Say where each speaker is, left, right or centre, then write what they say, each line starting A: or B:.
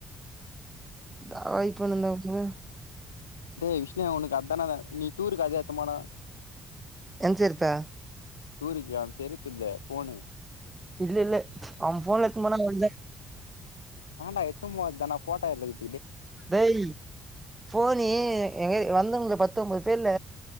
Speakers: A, on the right; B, on the left.
A: தாவா ஐ ஃபோனு <unintelligible>
B: டே விஷ் <unintelligible> உனுக்கு அதான வே நீ டூருக்கு அது <unintelligible> துன் போன
A: என்ச்சு இருப்ப
B: டூருக் ஏ செருப் செருப்பில்ல ஃபோனு.
A: இல்ல இல்ல. அவ ஃபோன எடுத்துட்டு போனா ந் ஒல்ஞ்சே
B: ஏண்டா எத்துன் போ தான ஃபோட்டா எடுக்குத்
A: டேய் ஃபோனு எங்க வந்தவங்கள்ல்ல பத்தொம்போ துல.